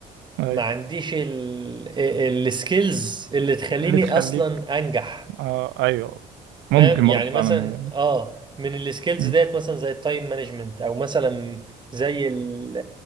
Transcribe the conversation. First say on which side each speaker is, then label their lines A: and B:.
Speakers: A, on the right; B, on the right.
A: ايوه
B: ما عنديش السكيلز اللي تخليني
A: اللي تخليك
B: اصلا انجح
A: آه ايوه ممكن
B: فاهم يعني
A: برضه فعلا
B: مثلا
A: هي
B: اه من السكيلز
A: مم.
B: ديت مثلا زي التايم مانجمنت او مثلا زي ال